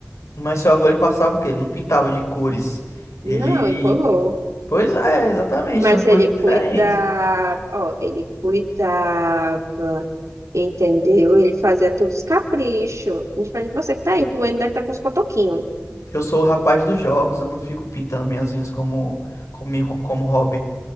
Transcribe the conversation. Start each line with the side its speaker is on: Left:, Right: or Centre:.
Left: Mas seu avô ele passava o quê? Ele não pintava de cores. Ele.
Right: Não, incolor.
Left: Pois é, exatamente,
Right: Mas
Left: são coisas
Right: ele cuidava,
Left: diferentes.
Right: ó, ele cuidava, entendeu? Ele fazia todos os caprichos. Diferente de você que tá aí, o Bueno deve estar com os cotoquinhos.
Left: Eu sou o rapaz dos jogos, eu não fico pintando minhas unhas como, como, como hobby.